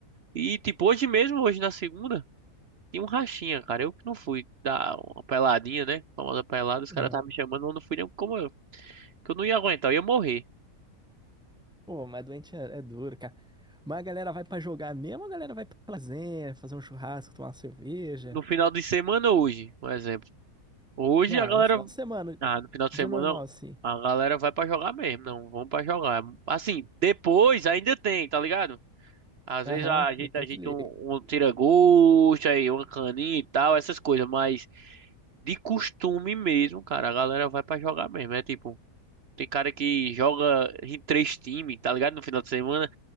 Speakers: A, on the right; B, in the centre.
A: E, tipo, hoje mesmo, hoje na segunda, tinha um rachinha, cara. Eu que não fui dar uma peladinha, né? Famosa pelada, os caras
B: aham.
A: estavam me chamando, eu não fui nem como eu. Que eu não ia aguentar, eu ia morrer.
B: Pô, mas doente é, é duro, cara. Mas a galera vai pra jogar mesmo, ou a galera vai pra lazer, fazer um churrasco, tomar uma cerveja.
A: No final de semana, hoje, por exemplo. Hoje
B: Não,
A: a galera.
B: no final de semana,
A: Ah, no final de
B: dia
A: semana
B: normal, assim.
A: a galera vai pra jogar mesmo. Não, vamos pra jogar. Assim, depois ainda tem, tá ligado? Às
B: Aham,
A: vezes a gente,
B: depois
A: a gente
B: tu liga.
A: um, um tira-gosto aí, uma caninha e tal, essas coisas, mas de costume mesmo, cara, a galera vai pra jogar mesmo. É tipo. Tem cara que joga em três times, tá ligado? No final de semana,